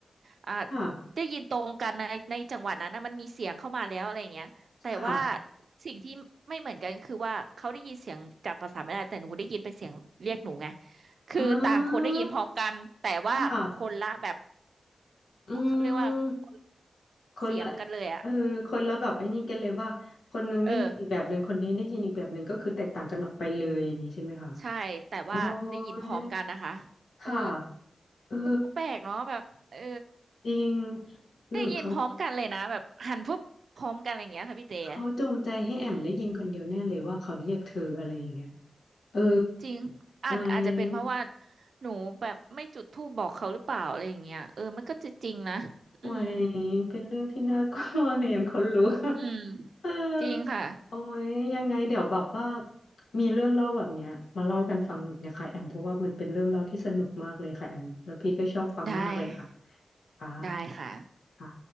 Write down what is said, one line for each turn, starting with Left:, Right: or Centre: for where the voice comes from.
Right: อ่า
Left: ค่ะ
Right: ได้ยินตรงกันในในจังหวะนั้นนะมันมีเสียงเข้ามาแล้วอะไรอย่างเงี้ยแต่ว่า
Left: ค่ะ
Right: สิ่งที่ไม่เหมือนกันคือว่าเขาได้ยินเสียงจากภาษาไม่ได้แต่หนูได้ยินเป็นเสียงเรียกหนูไงคือต่างคนได้ยินพร้อมกันแต่ว่าคนละแบบ
Left: อ่าค่ะอืม
Right: เขาเรียกว่าคนละ
Left: คนละ
Right: เสียงกันเลยอ่ะ
Left: เออคนละแบบไอ้นี่กันเลยว่าคนนึงได้ยินอีกแบบหนึ่งคนนี้ได้ยินอีกแบบหนึ่งก็คือแตกต่างกันออกไปเลยอย่างนี้ใช่ไหมคะ
Right: เออ ใช่แต่ว่าได้ยินพร้อมกันนะคะ
Left: โอ้ยค่ะ
Right: เออ
Left: เออ
Right: ก็แปลกเนาะแบบเออ
Left: จริงหรือเขา
Right: ได้ยินพร้อมกันเลยนะแบบหันปุ๊บพร้อมกันอะไรอย่างเงี้ยค่ะพี่เต๋
Left: เขาจงใจให้แอมได้ยินคนเดียวแน่เลยว่าเขาเรียกเธออะไรอย่างเงี้ย
Right: อืม
Left: เออ
Right: จริงอ่านอาจจะเป็นเพราะว่า
Left: ไว้
Right: หนูแบบไม่จุดธูปบอกเขาหรือเปล่าอะไรอย่างเงี้ยเออมันก็จะจริงนะอืม
Left: ไว้เป็นเรื่องที่น่ากลัวเลยแอมคนรู้
Right: อืม
Left: เออ
Right: จริงค่ะ
Left: โอ้ยยังไงเดี๋ยวแบบว่ามีเรื่องเล่าแบบเนี้ยมาเล่ากันฟังอีกนะคะแอมเพราะว่ามันเป็นเรื่องเล่าที่สนุกมากเลยค่ะแอมแล้วพี่ก็ชอบฟังมากเลยค่ะ
Right: ได้
Left: ค่ะ
Right: ได้ค่ะ
Left: ค่ะ